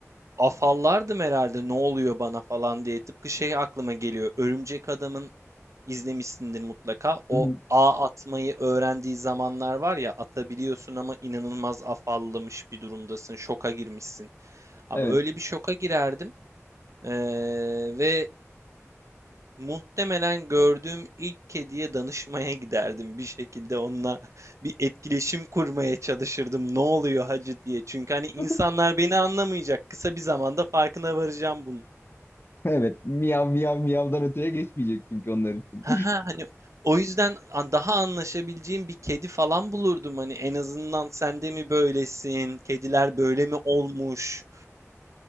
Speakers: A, on the right (about 70°); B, on the left (about 45°).
A: afallardım herhalde ne oluyor bana falan diye. Tıpkı şey aklıma geliyor. Örümcek Adam'ın izlemişsindir mutlaka.
B: Hı
A: O
B: hı.
A: ağ atmayı öğrendiği zamanlar var ya atabiliyorsun ama inanılmaz afallamış bir durumdasın. Şoka girmişsin. Abi
B: Evet.
A: öyle bir şoka girerdim. Ee, ve muhtemelen gördüğüm ilk kediye danışmaya <laughs> giderdim. Bir şekilde onunla bir etkileşim kurmaya çalışırdım. Ne oluyor hacı diye. Çünkü hani insanlar
B: <laughs>
A: beni anlamayacak. Kısa bir zamanda farkına varacağım bunun.
B: Evet. Miyav miyav miyavdan öteye geçmeyecek çünkü onlar için.
A: Haha, hani o yüzden an daha anlaşabileceğim bir kedi falan bulurdum. Hani en azından sen de mi böylesin? Kediler böyle mi olmuş?